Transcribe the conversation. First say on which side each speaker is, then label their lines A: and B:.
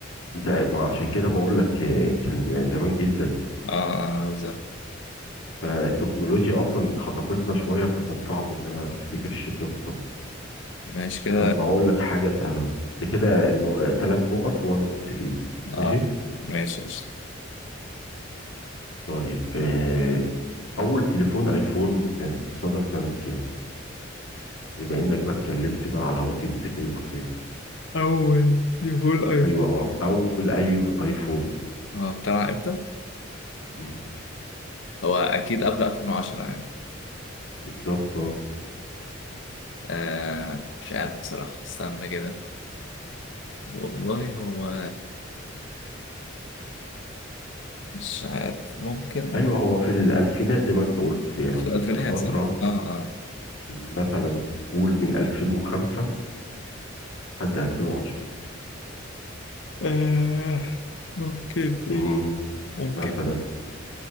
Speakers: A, on the left; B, on the left.
A: ده ما عشان كده بقول لك آه، كان زمان جدا
B: اه بالظبط
A: فالتكنولوجيا اصلا خطفتنا شوية فكان صعب ان انا افتكر الشركة بالظبط
B: ماشي كده
A: طب اقول لك حاجة سهلة بقى. ده كده ثلاث نقط وانا نقطتين ماشي
B: اه ماشي ماشي.
A: طيب آه، اول تليفون ايفون آه، صدر سنة كام بما انك بقى اتكلمت بقى على الهواتف الذكية والحاجات دي
B: أول يقول أيوة
A: ايوه اول اي ايفون
B: هو طلع امتى؟
A: مم،
B: هو اكيد قبل 2010 يعني
A: بالظبط آه.
B: آه مش عارف بصراحة استنى كده والله هو مش عارف ممكن
A: ايوه هو في الالفينات زي ما انت قلت يعني
B: في
A: من
B: الألفينات
A: الفترة
B: صح؟ اه اه
A: مثلا قول من 2005 لحد 2010
B: آه ممكن
A: مم،
B: إيه ممكن
A: مثلا